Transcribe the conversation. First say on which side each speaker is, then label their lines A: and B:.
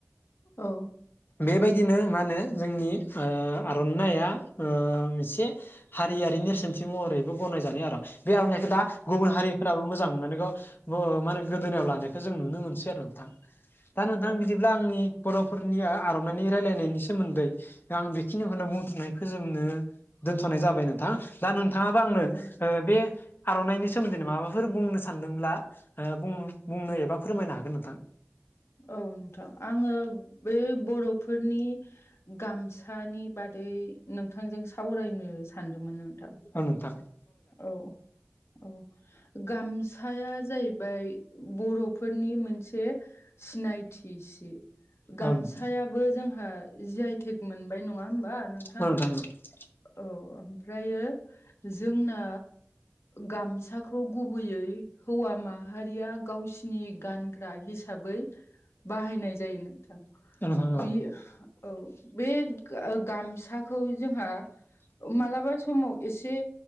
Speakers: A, on the left; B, on the left.
A: औ
B: बेबायदिनो मा होनो जोंनि आर'नाया मोनसे हारियारि नेरसोनथि महरैबो गनायजानाय आरो बेयाव दा गुबुन हारिफोराबो मोजां मोननानै ग माने गोदोनायाव लानायखौ जों नुनो मोनसै आरो नोंथां
A: <inaudible>
B: थां बिदिब्ला आंनि बर'फोरनि आर'नाइनि रायलायनायनि सोमोन्दै आं बेखिनिखौनो बुंथ'नाय फोजोबनो दोनथ'नाय जाबाय नोंथां दा नोंथाङाबो आंनो
A: औ नोंथां
B: बे आर'नाइनि सोमोन्दै माबाफोर बुंनो सानदोंब्ला बुंनो एबा फोरमायनो हागोन नोंथां
A: औ नोंथां आङो बेै बर'फोरनि गामसानि बादै नोंथांजों सावरायनो सानदोंमोन नोंथां
B: अ नोंथा
A: औ औ गामसाया जाहैबाय बर' फोरनि मोनसे सिनायथि सि गामसाया
B: औ नोंथां
A: बो जोंहा जि आइटेक मोनबाय नङा होमबा नोंथां
B: औ औ
A: औ ओमफ्रायो जोंना गामसाखौ गुबैयै हौवा माहारिया गावसिनि नि गानग्रा हिसाबै बाहायनाय जायो नोंथां
B: नोंथां औ
A: बे औ बे गामसाखौ जोंहा मालाबा समाव एसे